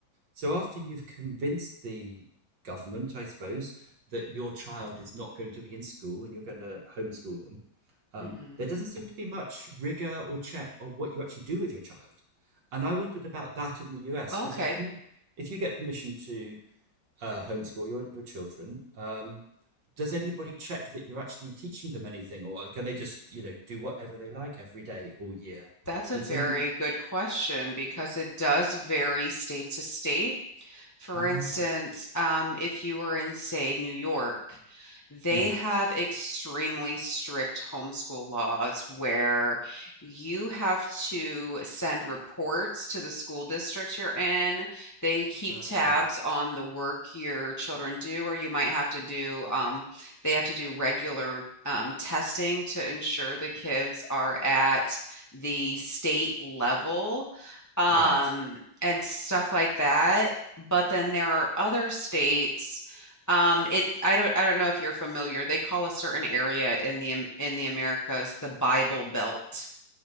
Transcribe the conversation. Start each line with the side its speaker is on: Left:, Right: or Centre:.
Right: So after you've convinced the government, I suppose, that your child is not going to be in school and you're going to homeschool them, um,
Left: hmm
Right: there doesn't seem to be much rigor or check on what you actually do with your child. And I wondered about that in the US
Left: Okay.
Right: because if you if you get permission to uh, homeschool your, your children, um, does anybody check that you're actually teaching them anything, or can they just you know do whatever they like every day all year?
Left: That's a
Right: Is
Left: very
Right: there any?
Left: good question because it does vary state to state. For
Right: Ah,
Left: instance, um, if you were in, say, New York, they
Right: mhm.
Left: have extremely strict homeschool laws where you have to send reports to the school district you're in. They keep tabs
Right: okay,
Left: on the work your children do, or you might have to do, um, they have to do regular um, testing to ensure the kids are at the state level um,
Right: right.
Left: and stuff like that but then there are other states. Um, it I don't I don't know if you're familiar. They call a certain area in the in the Americas the Bible Belt